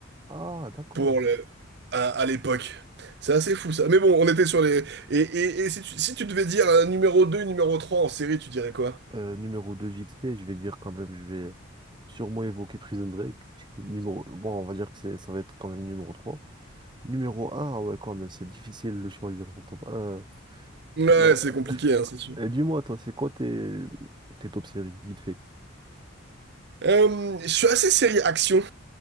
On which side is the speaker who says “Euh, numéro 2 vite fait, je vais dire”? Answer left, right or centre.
Right